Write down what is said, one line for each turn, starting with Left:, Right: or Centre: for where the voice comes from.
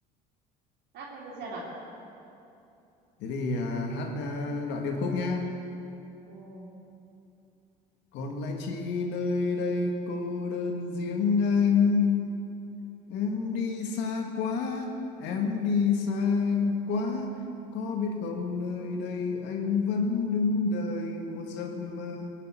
Right: hát đi cho xem nào
Left: thế thì à, hát à, đoạn điệp khúc nhá
Right: ừ
Left: còn lại chi nơi đây cô đơn riêng anh Em đi xa quá, em đi xa anh quá. Có biết không nơi đây anh vẫn đứng đợi một giấc mơ.